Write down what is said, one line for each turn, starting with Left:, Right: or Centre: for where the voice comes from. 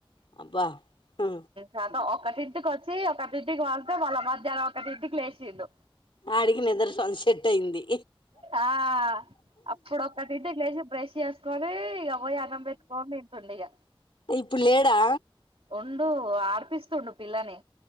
Left: అబ్బా ఉ
Right: కతం ఒకటింటికి వచ్చి ఒకటింటికి వళ్తే వాళ్ళ మధ్యానం ఒకటి ఇంటికి లేచిండు
Left: ఆడికి నిద్ర సన్ సెట్ అయింది
Right: ఆ అప్పుడు ఒకక్కటింటికి లేచి బ్రష్ చేసుకొని ఇగ పోయి అన్నం పెట్టుకొని తింటుంటి ఇగ
Left: ఇప్పుడు లేడా
Right: ఉండు ఆడిపిస్తుండు పిల్లని